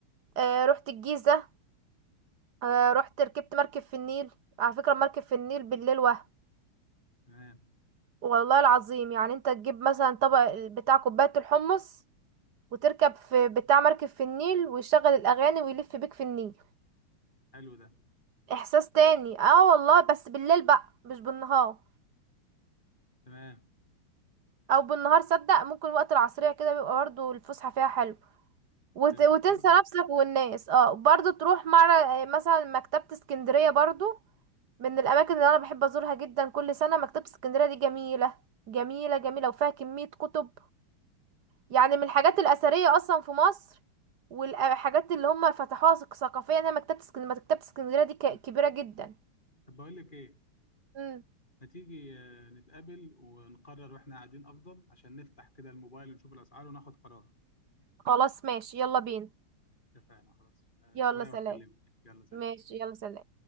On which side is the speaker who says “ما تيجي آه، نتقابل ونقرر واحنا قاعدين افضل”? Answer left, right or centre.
Left